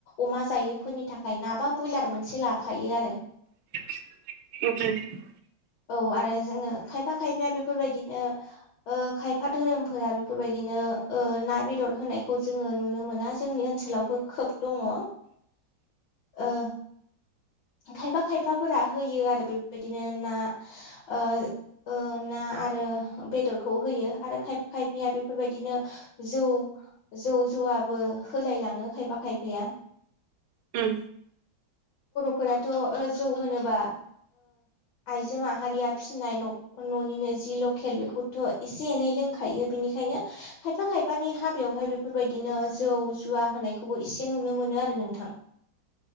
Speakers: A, on the left (about 70°); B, on the right (about 75°).
A: अमा जायैफोरनि थाखाय नाबा बयलार मोनसे लाफायो आरो।
B: <unintelligible>
A: औ आरो जोङो खायफा खायफाया बेफोरबायदिनो ओ खायफा धोरोम फोरा बेफोरबायदिनो ओ ना बेदर होनायखौ जोङो नुनो मोना जोंनि ओनसोलावबो खोब दङ।
B: <inaudible>
A: ओ खायफा खायफाफोरा होयो आरो बेफोरबायदिनो ना ओ ओ ना आरो बेदरखौ होयो आरो खायफाया बेफोरबायदिनो जौ जौ जौवाबो होलायलाङो खायफा खायफाया
B: उम।
A: फोराथ' जौ होनोबा आइजो माहारिया फिसिनाय न' न'निनो जि लकेल बेखौथ' एसे एनै लोंखायो। बेनिखायनो खायफा खायफानि हाबायावहाय बेफोरबायदिनो जौ जुवा होनायखौबो एसे नुनो मोनो आरो नोंथां।